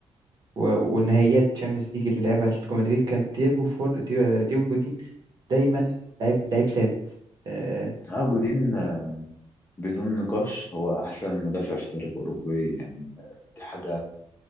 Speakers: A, on the right; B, on the left.
A: و- والنهائيات تشامبيونز ليج اللي لعبها أتلتيكو مدريد كان دييجو فور ديو- دييجو جودين دايما لعيب لعيب ثابت آه،
B: اه جودين آه، بدون نقاش هو احسن مدافع في تاريخ اوروجواي يعني دي حاجه